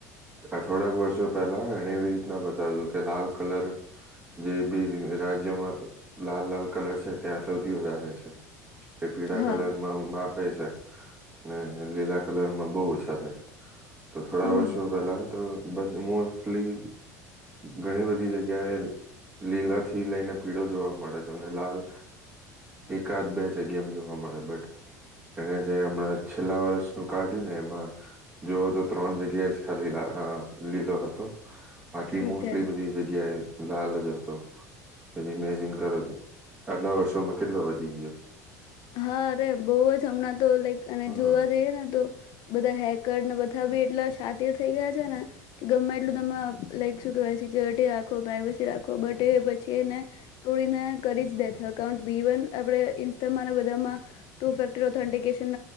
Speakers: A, on the right; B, on the left.
A: આ થોડાક વર્ષો પહેલા એણે એવી રીતના બતાવ્યું કે લાલ કલર જે બી રાજ્યોમાં લાલ લાલ કલર છે ત્યાં સૌથી વધારે છે. એ પીળા
B: હા
A: કલરમાં મા પે છે. ને લીલા કલરમાં બઉ ઓછા થાય. તો થોડા
B: હમ
A: વર્ષો પેલા તો બધુ મોસ્ટલી ઘણી બધી જગ્યાએ લીલા થી લઈને પીળો જોવા મળે, તમને લાલ એકાદ બે જગ્યામ જોવા મળે બટ એણે જે અમણાં જ છેલ્લા વર્ષનું કાઢ્યું ને એમાં જુવો તો ત્રણ જગ્યાએ જ ખાલી લા લીલો હતો. બાકી
B: ઓકે
A: મોસ્ટલી બધી જગ્યાએ લાલ જ હતો, તેથી ઇમેજિન કરો કે આટલા વર્ષોમાં કેટલો વધી ગ્યો.
B: હા, અરે બઉ જ, હમણાં તો લાઈક અને
A: હા
B: જોવા જઈએ ને તો બધ હેક કરને બધા બી એટલા શાતિર થઈ ગયા છે છે ને કે એટલું તમે આ લાઈક સુ કેવાય સિક્યોરિટી રાખો, પ્રાઈવસી રાખો, બટ એ પછી એને થોડીને કરી જ દે થકાઉન્ટ બી ઈવન આપડે ઈ તમારા બધામાં ટુ ફેક્ટર ઓથેન્ટિકેશન